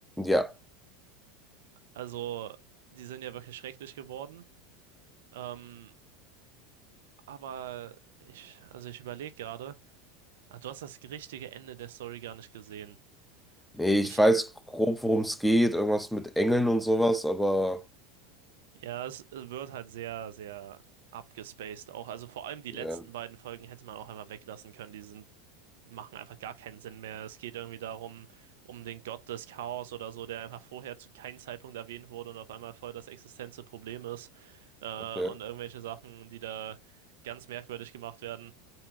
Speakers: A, in the centre; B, on the right.
A: Ja.
B: Also, die sind ja wirklich schrecklich geworden. Ähm, aber ich, also ich überlege gerade, ah, du hast das richtige Ende der Story gar nicht gesehen.
A: Nee,
B: Ich
A: ich weiß grob, worum es geht. Irgendwas mit Engeln und sowas, aber
B: Ja, es wird halt sehr, sehr abgespaced auch. Also vor allem die
A: ja,
B: letzten beiden Folgen hätte man auch einfach weglassen können. Die sind, machen einfach gar keinen Sinn mehr. Es geht irgendwie darum, um den Gott des Chaos oder so, der einfach vorher zu keinem Zeitpunkt erwähnt wurde und auf einmal voll das existenzielle Problem ist. Äh,
A: okay.
B: und irgendwelche Sachen, die da ganz merkwürdig gemacht werden.